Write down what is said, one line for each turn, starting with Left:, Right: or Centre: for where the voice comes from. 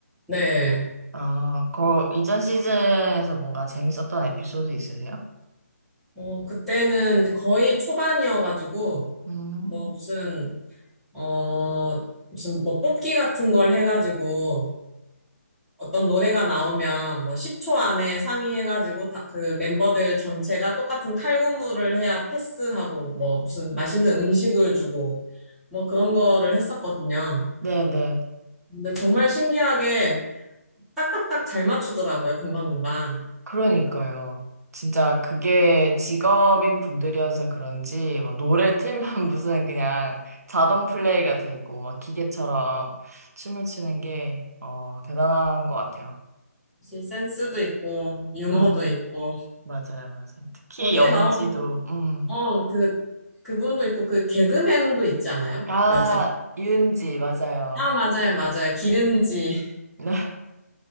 Centre: 네.
Right: 아, 그, 이전 시즌에서 뭔가 재밌었던 에피소드 있으세요?
Centre: 어, 그때는 이제 거의 초반이어가지고
Right: 음,
Centre: 뭐 무슨, 어, 무슨 뭐 뽑기 같은 걸 해가지고 어떤 노래가 나오면 뭐 10초 안에 상의해가지고 다, 그 멤버들 전체가 똑같은 칼군무를 해야 패스하고 뭐 무슨 맛있는 음식을 주고 뭐 그런 거를 했었거든요.
Right: 네네.
Centre: 근데 정말 신기하게 딱딱딱 잘 맞추더라고요. 금방금방.
Right: 그러니까요. 진짜 그게 직업인 분들이어서 그런지, 뭐, 노래 틀면 <laughs> 무슨 그냥 자동 플레이가 되고, 막 기계처럼 춤을 추는 게, 어, 대단한
Centre: 음,
Right: 것 같아요.
Centre: 역시 센스도 있고 유머도
Right: 음,
Centre: 있고
Right: 맞아요, 맞아요. 특히
Centre: 거기에
Right: 영지도,
Centre: 나오는
Right: 음.
Centre: 어, 그 그분도 있고 그 개그맨도 있지 않아요?
Right: 아,
Centre: 여자.
Right: 이은지, 맞아요.
Centre: 아, 맞아요, 맞아요. 기른지.
Right: <laughs>